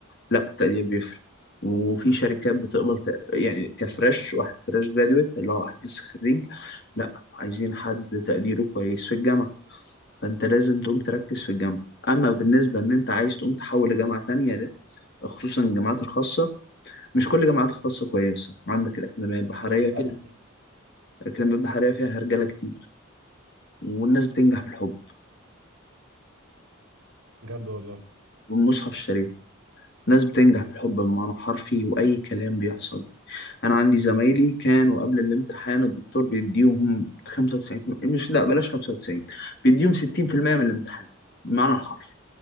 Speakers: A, on the left; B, on the right.
A: لا التقدير بيفرق وفي شركات بتقبل تق... يعني كفريش واحد فريش جراديويت اللي هو واحد لسه خريج لا عايزين حد تقديره كويس في الجامعة فانت لازم تقوم تركز في الجامعة اما بالنسبة ان انت عايز تقوم تحول لجامعة تانية ده خصوصا الجامعات الخاصة مش كل الجامعات الخاصة كويسة عندك الأكاديمية البحرية
B: ايوه فعلا
A: فيها الأكاديمية البحرية فيها هرجلة كتير والناس بتنجح بالحب
B: بجد والله
A: والمصحف الشريف ناس بتنجح بالحب بمعنى حرفي وأي كلام بيحصل يعني أنا عندي زمايلي كانوا قبل الامتحان الدكتور بيديهم 95 مش لا بلاش 95 بيديهم 60% من الامتحان بمعنى الحرفي